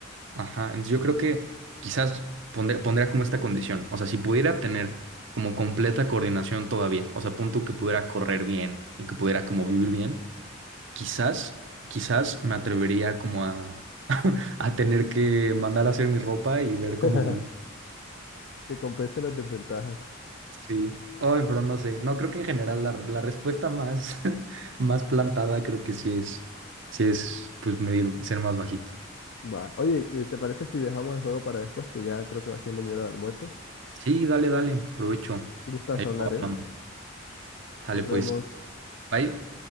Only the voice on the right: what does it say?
ajá, entonces yo creo que quizás pondré- pondría como esta condición, o sea, si pudiera tener como completa coordinación todavía, o sea, punto que pudiera correr bien y que pudiera como vivir bien, quizás, quizás me atrevería como a, <laughs> a tener que mandar a hacer mi ropa y ver
cómo me muevo
Sí. Ay, pero no sé. No, creo que en general la, la respuesta más, <laughs> más plantada creo que sí es, sí es, pues, medir, ser más bajito.
Sí, dale, dale. Provecho.
Ahí
lo hablamos.
Sale,
pues. Bye.